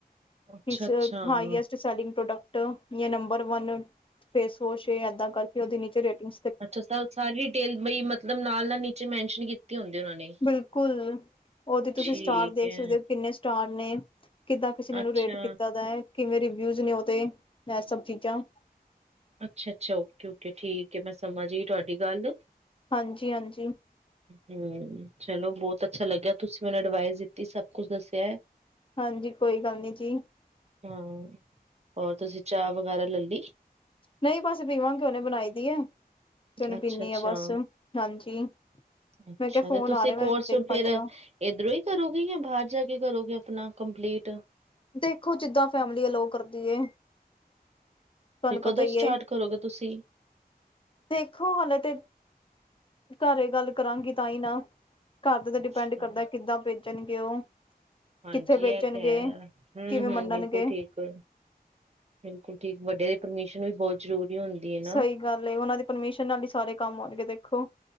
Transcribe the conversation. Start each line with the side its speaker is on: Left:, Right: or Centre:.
Right: ਅੱਛਾ-ਅੱਛਾ
Left: <unintelligible> highest selling product number one face wash ਏਦਾਂ ਕਰਕੇ ਓਦੇ ਨੀਚੇ ਰੇਟਿੰਗ
Right: ਅੱਛਾ, ਸਾਰੀ ਡਿਟੇਲ ਬਈ ਮਤਲਬ ਨਾਲ ਨਾਲ ਨੀਚੇ ਮੈਨਸ਼ਨ ਕੀਤੀ ਹੁੰਦੀ ਉਹਨਾਂ ਨੇ।
Left: ਬਿਲਕੁਲ! ਓਦੇ ਤੁਸੀਂ
Right: ਠੀਕ
Left: ਸਟਾਰ ਦੇਖ
Right: ਹੈ
Left: ਸਕਦੇ ਹੋ ਕਿੰਨੇ ਸਟਾਰ ਨੇ ਕਿੱਦਾਂ ਕਿਸੇ ਨੇ
Right: ਅੱਛਾ।
Left: ਉਹਨੂੰ ਰੇਟ ਕੀਤਾ ਦਾ। ਕਿਵੇਂ ਰਿਵਿਊਜ਼ ਨੇ ਉਹਦੇ ਇਹ ਸਭ ਚੀਜ਼ਾਂ
Right: ਅੱਛਾ-ਅੱਛਾ ਓਕੇ, ਓਕੇ ਠੀਕ ਹੈ ਮੈਂ ਸਮਾਂ ਜਈ ਤੁਹਾਡੀ ਗੱਲ।
Left: ਹਾਂਜੀ-ਹਾਂਜੀ।
Right: ਹਮ, ਚਲੋ ਬਹੁਤ ਅੱਛਾ ਲੱਗਿਆ ਤੁਸੀਂ ਮੈਨੂੰ ਅਡਵਾਈਸ ਦਿੱਤੀ ਸਭ ਕੁਛ ਦੱਸਿਆ ਹੈ।
Left: ਹਾਂਜੀ, ਕੋਈ ਗੱਲ ਨੀ ਜੀ।
Right: ਹਮ ਹੋਰ ਤੁਸੀਂ ਚਾਹ ਵਗੈਰਾ ਲੈ ਲਈ।
Left: ਨਹੀਂ ਬਸ ਪੀਵਾਂ ਕਿਉਨੇ ਬਣਾਈ ਦੀ ਹੈ ਤੇ ਹੁਨੇ
Right: ਅੱਛਾ
Left: ਪੀਂਨੀ
Right: ਅੱਛਾ।
Left: ਆ ਬਸ ਹਾਂਜੀ।
Right: ਅੱਛਾ
Left: ਮੈਂ ਕਿਹਾ ਫੋਨ
Right: ਤੇ ਤੁਸੀਂ
Left: ਆ ਰਿਹਾ ਮੈਂ
Right: ਕੋਰਸ
Left: ਦੇਖਾਂ
Right: ਹੁਨ ਫਿਰ
Left: ਜਰਾ
Right: ਏਧਰੋਂ ਹੀ ਕਰੋਗੇ ਜਾਂ ਬਾਹਰ ਜਾ ਕੇ ਕਰੋਗੇ ਆਪਣਾ ਕੰਪਲੀਟ
Left: ਦੇਖੋ ਜਿੱਦਾਂ ਫੈਮਿਲੀ ਅਲਾਔ ਕਰਦੀ ਹੇ। ਤੁਹਾਨੂੰ
Right: ਤੇ ਕਦੋਂ
Left: ਪਤਾ
Right: ਸਟਾਰਟ
Left: ਏ
Right: ਕਰੋਗੇ ਤੁਸੀਂ?
Left: ਦੇਖੋ ਹਾਲੇ ਤੇ ਘਰੇ ਗੱਲ ਕਰਾਂਗੀ ਤਾਂ ਹੀ ਨਾ ਘਰਦੇ ਤੇ
Right: ਅੱਛਾ
Left: ਡਿਪੈਂਡ ਕਰਦਾ ਕਿੱਦਾਂ ਭੇਜਣਗੇ ਉਹ
Right: ਹਾਂਜੀ
Left: ਕਿੱਥੇ ਭੇਜਣਗੇ
Right: ਇਹ ਤੇ ਹੈ। ਹਮ
Left: ਕਿਵੇਂ
Right: ਹਮ
Left: ਮੰਨਣਗੇ
Right: ਬਿਲਕੁਲ ਠੀਕ ਬਿਲਕੁਲ ਠੀਕ ਵੱਡੇ ਦੇ ਪਰਮਿਸ਼ਨ ਵੀ ਬਹੁਤ ਜ਼ਰੂਰੀ ਹੁੰਦੀ। ਹੈ ਨਾ
Left: ਸਹੀ ਗੱਲ ਉਹਨਾਂ ਦੀ ਪਰਮਿਸ਼ਨ ਨਾਲ ਹੀ ਸਾਰੇ ਕੰਮ ਹੋਣਗੇ ਦੇਖੋ